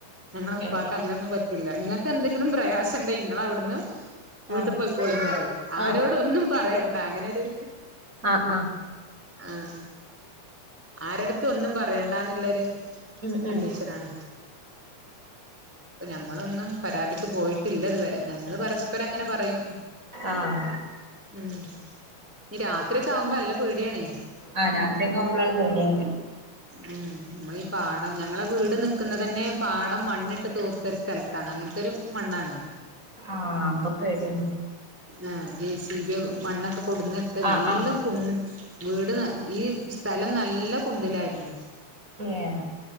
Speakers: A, in the centre; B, on the right (about 25°).
A: ഞങ്ങടെ ഉപ്പക്ക്
B: ഏഹ്
A: അങ്ങനെ ഒന്നും പറ്റ നിങ്ങൾക്ക് എന്തെങ്കിലും പ്രയാസം ഉണ്ടേ നിങ്ങള അവിടുന്ന് വീട്ടു
B: ആഹ്
A: പോൊയിക്കോളിന്ന് പറയും ആരോടും
B: ആഹ്
A: ഒന്നും പറയണ്ട അങ്ങനരു
B: ആഹ് ആഹ്
A: ആഹ ആരടുത്തും ഒന്നും പറയണ്ടന്നുള്ളൊരു
B: ഉം
A: കണ്ടീഷനാണ്
B: ഉം
A: ഉ ഞമ്മളൊന്നും പരാതിക്ക് പോയിട്ടില്ല ഇതുവരെ ഞങ്ങള് പരസ്പം ഇപ്പരങ്ങനെ പറയും
B: ആഹ്
A: ഉ നീ രാത്രിയ ഒക്കെ ആകുമ്പോ നല്ല പേടിയണേ
B: ആ രാത്യൊക്കെകുമ്പോാണ് പേടിയാവേ
A: ഉം നമ്മളീഈ പാടം ഞങ്ങളെ വീട് നിക്കുന്നത് തന്നെ പാടം മണ്ണിട്ട് തുർത്തെച്ച സ്ഥലത്താണ് അങ്ങനത്തെ ഒരു മണ്ണാണ്
B: ആഹ് അപ്പൊ പേടിയാണ്
A: ആ ജേ സി ബി മണ്ണൊക്കെ കൊടുന്നിട്ട്
B: ആഹ്
A: നല്ല
B: ആഹ്
A: കുന്ന വീട് ഈ സ്ഥലം നല്ല കുണ്ടിലായിരുന്നു
B: ഏഹ്